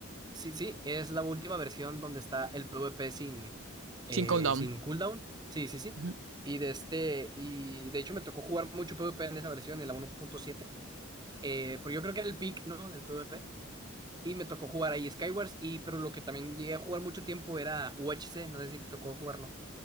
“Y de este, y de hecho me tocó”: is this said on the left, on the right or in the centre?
Right